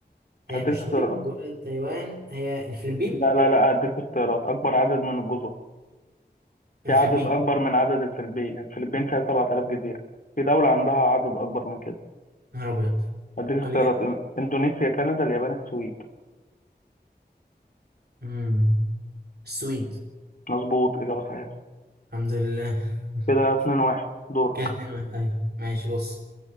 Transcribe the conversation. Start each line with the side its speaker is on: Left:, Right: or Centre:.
Right: هي
Left: هديك
Right: مش
Left: اختيارات
Right: تايلاند ولا تايوان هي الفلبين
Left: لا لا لا هديك اختيارات اكبر عدد من الجزر في
Right: الفلبين
Left: عدد اكبر من عدد الفلبين الفلبين فيها 7000 جزيرة في دولة عندها عدد اكبر من كده
Right: نهار ابيض
Left: هديك
Right: ولا
Left: اختيارات
Right: كده
Left: إن- اندونيسيا كندا اليابان السويد
Right: امم السويد
Left: مظبوط اجابة صحيحة
Right: الحمد لله <laughs>
Left: كده 2 1 دورك
Right: كده اتنين واحد ايوه ماشي بص